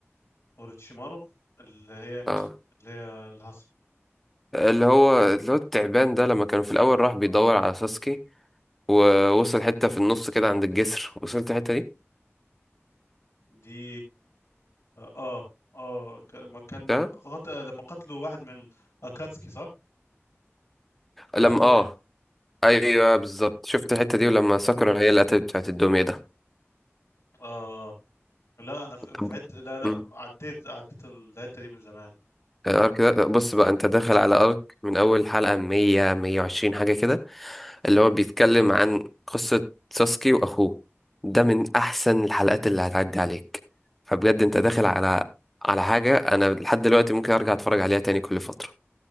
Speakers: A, on the left (about 80°); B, in the centre.
A: اوروتشيمارو اللي هي امتى
B: اه
A: اللي هي الهصا
B: اللي هو اللي هو التعبان ده لما كانوا في الاول راح بيدور
A: اه
B: على ساسكي ووصل حتة في النص كده عند الجسر وصلت الحتة دي
A: دي اه اه كان- لما كان
B: ده
A: قت... لما قتلوا واحد من اكاتسكي صح
B: لما
A: بتاع الدمية
B: اه ايوه بالظبط شفت الحتة دي ولما ساكورا هي اللي قتلت بتاعت الدمية ده
A: اه لا انا في
B: طب
A: في حته لا لا
B: امم
A: عديت عديت الحتة دي من زمان
B: الارك ده بص بقى انت داخل على ارك من اول حلقة 100 120 حاجة كده اللي هو بيتكلم عن قصة ساسكي وأخوه ده من أحسن الحلقات اللي هتعدي عليك فبجد
A: مم.
B: أنت داخل على على حاجة أنا لحد دلوقتي ممكن أرجع أتفرج عليها تاني كل فترة